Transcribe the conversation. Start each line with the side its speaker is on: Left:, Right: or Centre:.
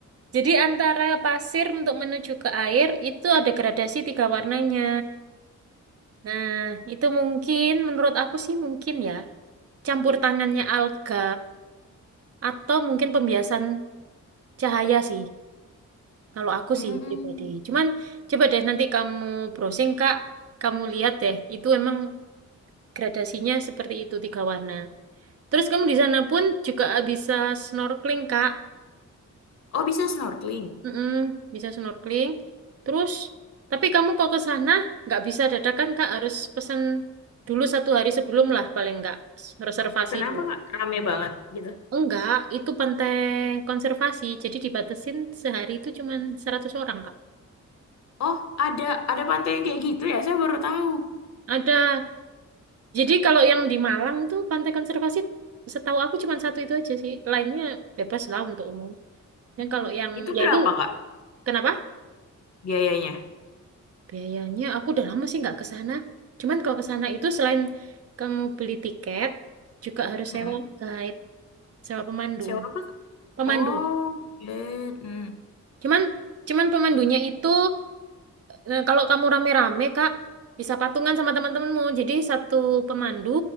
Right: jadi antara pasir untuk menuju ke air itu ada gradasi tiga warnanya. Nah, itu mungkin menurut aku sih mungkin ya campur tangannya alga atau mungkin pembiasan cahaya sih. Kalau aku
Left: Hmm.
Right: sih pribadi. Cuman coba deh nanti kamu browsing Kak, kamu lihat deh itu emang gradasinya seperti itu tiga warna. Terus kamu di sana pun juga bisa snorkeling Kak.
Left: Oh, bisa snorkeling.
Right: Mm-mm, bisa snorkeling. Terus tapi kamu kok ke sana nggak bisa dadakan Kak, harus pesan dulu satu hari sebelum lah paling nggak reservasi
Left: Kenapa,
Right: dulu.
Left: Kak? Rame banget gitu.
Right: Enggak, itu pantai konservasi. Jadi dibatasin sehari itu cuma 100 orang, Kak.
Left: Oh, ada ada pantai yang kayak gitu ya? Saya baru tahu.
Right: Ada. Jadi kalau yang di Malang tuh pantai konservasi setahu aku cuma satu itu aja sih. Lainnya bebas lah untuk umum.
Left: Hmm.
Right: Dan kalau yang
Left: Itu
Right: ya
Left: berapa,
Right: itu
Left: Kak,
Right: kenapa?
Left: biayanya?
Right: Biayanya aku udah lama sih nggak ke sana. Cuman kalau ke sana itu selain kamu beli tiket, juga harus
Left: Hmm.
Right: sewa guide, sewa pemandu.
Left: Sewa apa,
Right: Pemandu.
Left: Oh, Tibet. Hmm.
Right: Cuman cuman pemandunya itu Nah, kalau kamu rame-rame, Kak, bisa patungan sama teman-temanmu. Jadi satu pemandu